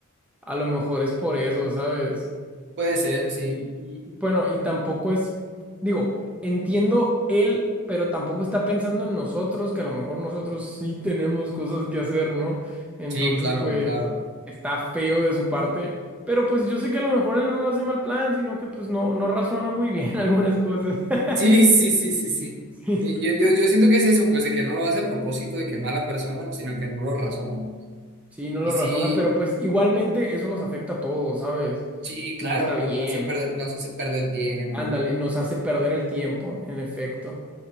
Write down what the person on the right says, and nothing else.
Puede ser, sí.
Sí, claro,
claro.
Sí, sí, sí, sí, sí.
Eh, Yo, yo, yo siento que es eso, pues, de que no lo hace a propósito de que mala persona, sino que no lo razona.
Y sí,
sí, claro,
pues
nos hace perder, nos hace perder tiempo.